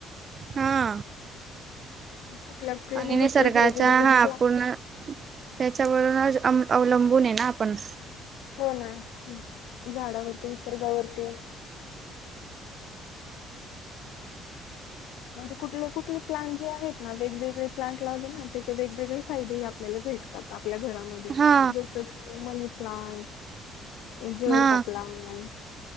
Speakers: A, on the right (about 30°); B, on the left (about 80°).
A: हा.
B: कुठल्या कुठल्या
A: आणि
B: म्हणजे
A: निसर्गाच्या
B: वेगवेगळ्या जे
A: हा
B: प्ला
A: पूर्ण त्याच्यावरूनच अंम अवलंबून आहे ना आपण.
B: हो ना झाडावरती निसर्गावरती म्हणजे कुठले कुठले प्लांट जे आहेत ना वेगवेगळे प्लांट लावले ना त्याचे वेगवेगळे फायदे आप आपल्याला भेटतात आपल्या घरामध्ये
A: हा
B: जसं की मनी प्लांट जडका
A: हा
B: प्लांट